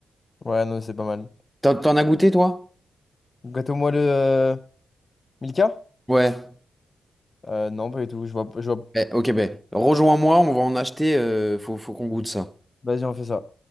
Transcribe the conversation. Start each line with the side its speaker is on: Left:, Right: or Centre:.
Left: Ouais, non, c'est pas mal.
Centre: T'en, t'en as goûté, toi?
Left: Gâteau moelleux, euh, Milka?
Centre: Ouais.
Left: Euh, non, pas du tout. Je vois, je vois...
Centre: Eh, ok, ben, rejoins-moi, on va en acheter. euh, faut, faut qu'on goûte ça.
Left: Vas-y, on fait ça.